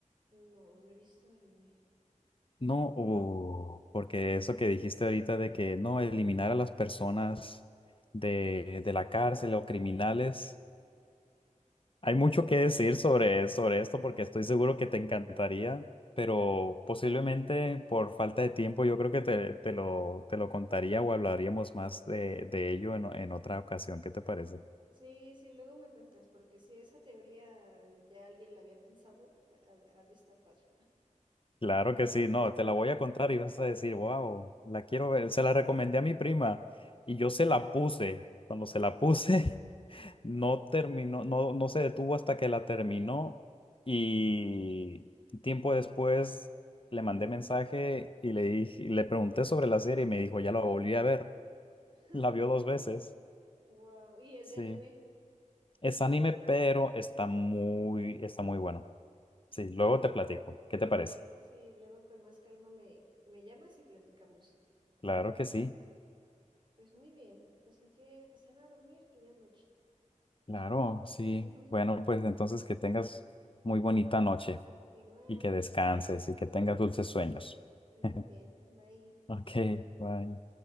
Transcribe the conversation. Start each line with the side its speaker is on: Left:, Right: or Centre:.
Right: No, no he visto anime.
Left: No, o- porque
Right: No.
Left: eso que dijiste ahorita de que no, eliminar a las personas de, de la cárcel o criminales. Hay mucho que decir sobre, sobre esto porque estoy seguro que te encantaría, pero posiblemente por falta de tiempo yo creo que te, te lo, te lo contaría o hablaríamos más de, de ello en, en otra ocasión. ¿Qué te parece?
Right: Sí, sí, luego me cuentas, porque si esa teoría ya alguien la había pensado, ha, ha de estar padre.
Left: Claro que sí, no, te la voy a contar y vas a decir, wow, la quiero ver. Se la recomendé a mi prima y yo
Right: <laughs> Ajá.
Left: se la puse. Cuando se la puse... <laughs> No terminó, no, no se detuvo hasta que la terminó y tiempo después le mandé mensaje y le dije, le pregunté sobre la serie y me dijo, ya la volví a ver.
Right: <laughs>
Left: La vio dos veces.
Right: Wow. ¿Y es
Left: Sí.
Right: de anime?
Left: Es anime, pero está muy, está muy bueno. Sí, luego te platico. ¿Qué te parece?
Right: Sí, sí, luego con más calma me, me llamas y platicamos.
Left: Claro que sí.
Right: Pues muy bien, pues hay que pasar a dormir, que ya es noche.
Left: Claro, sí.
Right: <laughs>
Left: Bueno, pues entonces que tengas muy bonita noche
Right: Igual,
Left: y que descanses y que
Right: tú,
Left: tengas
Right: tam-
Left: dulces sueños.
Right: tú también.
Left: <laughs>
Right: Bye.
Left: Ok, bye.